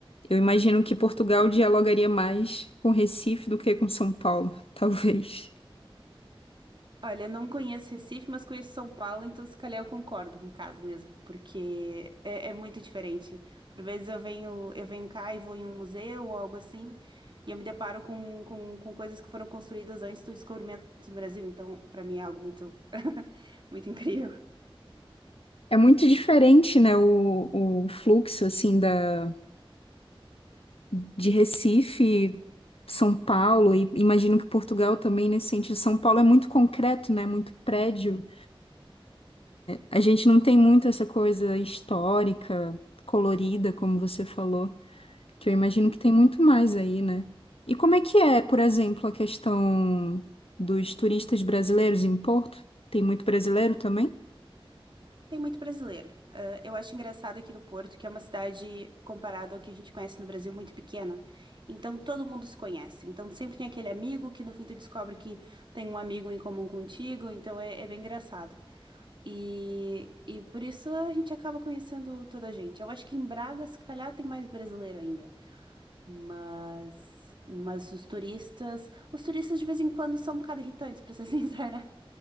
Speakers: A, on the left; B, on the right.
A: Eu imagino que Portugal dialogaria mais com Recife do que com São Paulo, <laughs> talvez.
B: Olha, não conheço Recife, mas conheço São Paulo, então se calhar eu concordo um bocado mesmo, porque é, é muito diferente. Por vezes eu venho, eu venho cá e vou em um museu ou algo assim, e eu me deparo com, com, com coisas que foram construídas antes do descobrimento do Brasil, então para mim é algo muito, <laughs> muito incrível.
A: É muito diferente, né, o, o fluxo, assim, da, de Recife, São Paulo, e imagino que Portugal também nesse sentido. São Paulo é muito concreto, né, muito prédio. A gente não tem muito essa coisa histórica, colorida, como você falou. Que eu imagino
B: Hum.
A: que tem muito mais aí, né? E como é que é, por exemplo, a questão dos turistas brasileiros em Porto? Tem muito brasileiro também?
B: Tem muito brasileiro. Ah, eu acho engraçado aqui do Porto, que é uma cidade, comparado ao que a gente conhece no Brasil, muito pequena. Então todo mundo se conhece. Então sempre tem aquele amigo que no fim tu descobre que tem um amigo em comum contigo. Então é, é bem engraçado. E, e por isso a gente acaba conhecendo toda a gente. Eu acho que em Braga, se calhar, tem mais brasileiro ainda. Mas, mas os turistas, os turistas de vez em quando são um bocado irritantes, para ser <laughs> sincera,